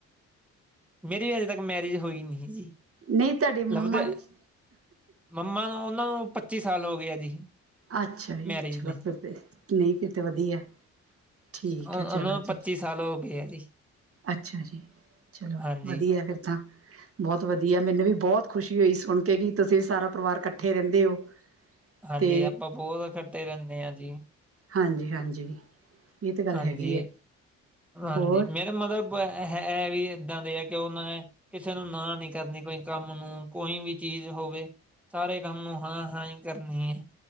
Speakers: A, in the centre; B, on the right (about 50°).
A: ਮੇਰੀ ਅਜੇ ਤੱਕ ਮੈਰਿਜ ਹੋਈ ਨੀ ਜੀ।
B: ਨਹੀਂ, ਤੁਹਾਡੀੇ ਮੰਮਾ
A: ਲੱਭਦੇ
B: ਦੀ।
A: ਮੰਮਾ ਨੂੰ, ਉਹਨਾਂ ਨੂੰ ਪੱਚੀ ਸਾਲ ਹੋ ਗਏ ਜੀ।
B: ਅੱਛਾ ਜੀ।
A: ਮੈਰਿਜ
B: ਚਲੋ,
A: ਨੇ
B: ਫਿਰ ਤੇ ਨਹੀਂ ਫਿਰ ਤੇ ਵਧੀਆ। ਠੀਕ
A: ਉਹਨ
B: ਹੈ ਚਲੋ ਜੀ
A: ਪੱਚੀ ਸਾਲ ਹੋ ਗਏ ਏ ਜੀ।
B: ਅੱਛਾ ਜੀ। ਚਲੋ,
A: ਹਾਂਜੀ।
B: ਵਧੀਆ ਫਿਰ ਤਾਂ। ਬਹੁਤ ਵਧੀਆ, ਮੈਨੂੰ ਵੀ ਬਹੁਤ ਖੁਸ਼ੀ ਹੋਈ ਸੁਣ ਕੇ ਕਿ ਤੁਸੀਂ ਸਾਰਾ ਪਰਿਵਾਰ ਇਕੱਠੇ ਰਹਿੰਦੇ ਹੋ।
A: ਹਾਂਜੀ,
B: ਤੇ
A: ਆਪਾਂ ਬਹੁਤ ਇਕੱਠੇ ਰਹਿੰਦੇ ਹਾਂ ਜੀ।
B: ਹਾਂਜੀ-ਹਾਂਜੀ, ਇਹ ਤਾਂ ਗੱਲ
A: ਹਾਂਜੀ।
B: ਹੈਗੀ ਹੈ
A: ਹਾਂਜੀ
B: ਹੋਰ?
A: ਮੇਰੇ ਮਤਲਬ ਹੈ ਵੀ ਇਹਦਾ ਦੇ ਆ ਕਿ ਉਹਨਾਂ ਨੇ- ਕਿਸੇ ਨੂੰ ਨਾ ਨੀ ਕਰਨੀ ਕੋਈ ਕੰਮ ਨੂੰ, ਕੋਈ ਵੀ ਚੀਜ਼ ਹੋਵੇ। ਸਾਰੇ ਕੰਮ ਨੂੰ ਹਾਂ-ਹਾਂ ਹੀ ਕਰਨੀ ਹੈ।